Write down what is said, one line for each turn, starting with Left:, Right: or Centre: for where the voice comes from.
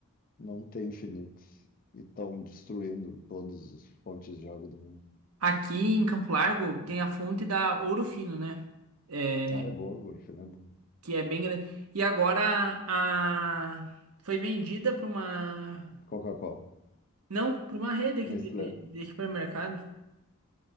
Left: Não tem infinito. E estão destruindo todas as fontes de água do mundo.
Right: Aqui em Campo Largo tem a fonte da Ouro Fino, né? É,
Left: Ah, é boa, Wolf, né? Boa.
Right: que é bem grande. E agora a foi vendida para uma
Left: Coca-Cola.
Right: não para uma rede aqui
Left: Nestlé.
Right: de, de- de supermercado.